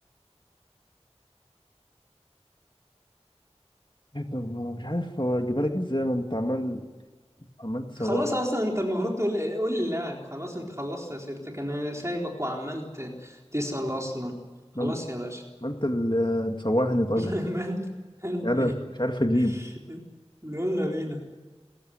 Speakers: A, on the left (about 45°); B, on the right (about 25°).
A: إيه طب ما أنا مش عارف هو أجيبها لك إزاي ما أنت عمال عمال تسوحني
B: خلاص اصلا انت المفروض تقول إيه؟ قول للاعب خلاص انت خلصت اسئلتك انا سايبك وعمال ت- تسأل اصلا خلاص
A: ما أنت
B: يا باشا
A: ما أنت اللي مسوحني طبعا
B: <laughs> ما انت انت
A: مش عارف
B: ايه
A: مش عارف أجيبه
B: <laughs> يلا بينا